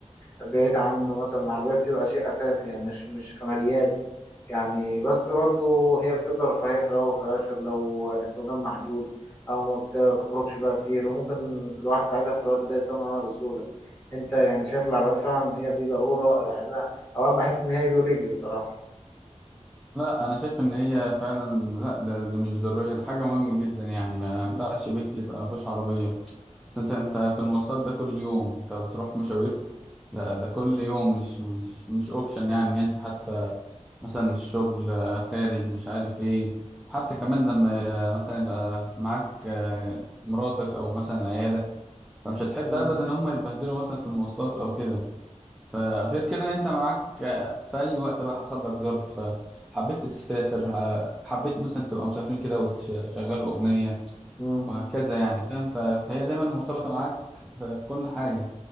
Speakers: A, on the left; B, in the centre.
A: بعيد عنه مثلا العربية بتبقى شيء اساسي يعني مش مش كماليات يعني بس برضو هي بتفضل رفاهية في الاول وفي الاخر لو الاستخدام محدود او ما بتخرجش بقى كتير وممكن الواحد ساعتها في الوقت ده يستغنى عنها بسهوله انت يعني شايف العربيات فعلا هي دي ضروره يعني انا اوقات بحس ان هي ايدي ورجلي بصراحه
B: لا انا شايف ان هي فعلا لا ده, ده مش ضرورية ده حاجة مهمة جدا يعني ما
A: مم.
B: ينفعش بيت يبقى مفيهوش عربية بس انت انت في المواصلات ده كل يوم انت بتروح مشاوير لا ده كل يوم مش مش مش اوبشن يعني انت حتى مثلا الشغل آه، خارج مش عارف ايه حتى كمان لما آه، مثلا يبقى معاك آه، مراتك او مثلا عيالك فمش هتحب
A: مم.
B: ابدا ان هم يتبهدلوا مثلا في المواصلات او كده فغير كده ان انت معاك آه، في اي وقت بقى حصل لك ظرف آه، حبيت تسافر آه، حبيت مثلا تبقى مسافرين كده وتشغلوا اغنية
A: مم.
B: وهكذا يعني فاهم ف- فهي دايما مرتبطة معاك ف- في كل حاجة